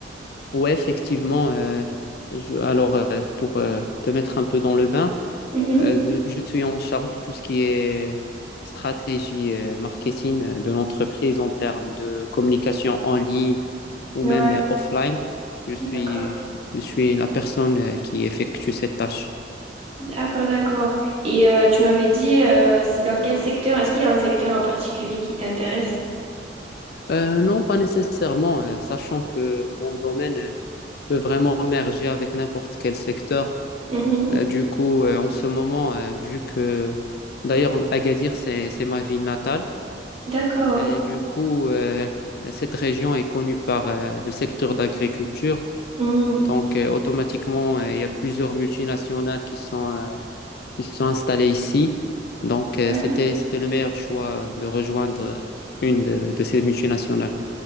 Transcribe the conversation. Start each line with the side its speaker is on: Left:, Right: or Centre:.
Left: Ouais, effectivement. euh, je- alors, euh, pour euh, te mettre un peu dans le bain,
Right: Mhm.
Left: euh, je, je suis en charge de tout ce qui est stratégie euh, marketing euh, de l'entreprise en termes de communication en ligne ou
Right: Ouais,
Left: même euh, offline. Je suis,
Right: d'accord,
Left: je suis la personne euh, qui effectue cette tâche.
Right: d'accord. d'accord. Et euh, tu m'avais dit, euh, c'est dans quel secteur? Est-ce qu'il y a un secteur en particulier qui t'intéresse?
Left: Euh, non, pas nécessairement, euh, sachant que mon domaine euh, peut vraiment merger avec n'importe quel secteur.
Right: Mhm.
Left: Euh, du coup, euh, en ce moment, euh, vu que d'ailleurs Agadir, c'est, c'est ma ville natale,
Right: D'accord.
Left: et du coup, euh, cette région est connue par euh, le secteur d'agriculture.
Right: Mhm.
Left: Donc, euh, automatiquement, euh, il y a plusieurs multinationales qui sont, euh, qui sont installées ici. Donc, euh,
Right: Ouais.
Left: c'était, c'était le meilleur choix de rejoindre euh, une de de ces multinationales.